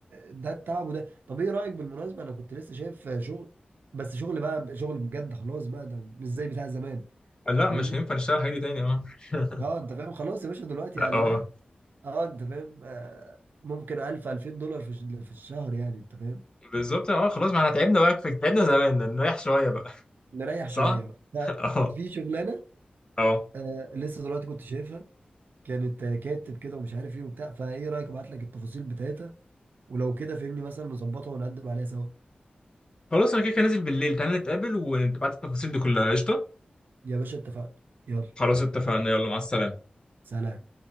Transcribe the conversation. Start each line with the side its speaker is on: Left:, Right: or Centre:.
Right: ده التعب وده طب ايه رايك بالمناسبه انا كنت لسه شايف شغل بس شغل بقى شغل بجد خلاص بقى ده مش زي بتاع زمان
Left: آه، لا
Right: انت فاهمني
Left: مش هينفع نشتغل الحاجة دي تاني اه <laughs>
Right: اه انت فاهم خلاص يا باشا دلوقتي
Left: اه
Right: قال لها اه انت فاهم آه ممكن 1000 2000 دولار في الش- في الشهر يعني انت فاهم
Left: بالظبط اه خلاص ما احنا تعبنا بقى كفاية تعبنا زمان نريح شوية بقى
Right: نريح
Left: صح؟
Right: شويه بقى ده
Left: <laughs> اه
Right: في شغلانه
Left: اه
Right: آه لسه دلوقتي كنت شايفها كانت كاتب كده ومش عارف ايه وبتاع فايه رايك ابعت لك التفاصيل بتاعتها ولو كده فهمني مثلا نظبطها ونقدم عليها سوا
Left: خلاص انا كده كده نازل بالليل تعالى نتقابل وتبعت التفاصيل دي كلها قشطة
Right: يا باشا اتفقنا يلا
Left: خلاص اتفقنا يلا مع السلامة
Right: سلام